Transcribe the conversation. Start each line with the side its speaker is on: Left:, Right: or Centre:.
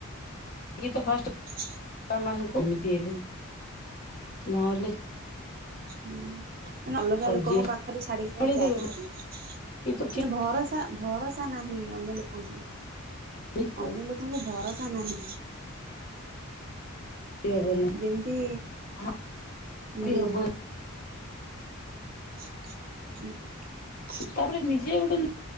Left: ଗି ତ ଫା
Right: <inaudible>
Left: ଏମାନୁଙ୍କୁ ଏମିତି ହେଲେ ନହଲେ
Right: ସ୍ ହୁଁ ମାନେ ଅଲଗା ଲୋକଙ୍କ
Left: ଯିଏ
Right: ପାଖରେ ଛାଡିକି
Left: ସମ୍ଭାଳି
Right: ତ ଯାଇ
Left: ଦେବେ
Right: ହବନି ମାନେ
Left: କିନ୍ତୁ
Right: ଭରସ୍ ସା ଭରସା ନାହିଁ ଅନ୍ୟ ଲୋକଙ୍କୁ
Left: ଠିକ
Right: ଅନ୍ୟ ଲୋକଙ୍କୁ ଭରସା ନାହିଁ।
Left: ଇ ହବନି
Right: ଯେମିତି
Left: ହା
Right: ହୁଁ
Left: ରି ହବ
Right: <inaudible>
Left: ତାପରେ ନିଜେ ଗୋଟେ ନ୍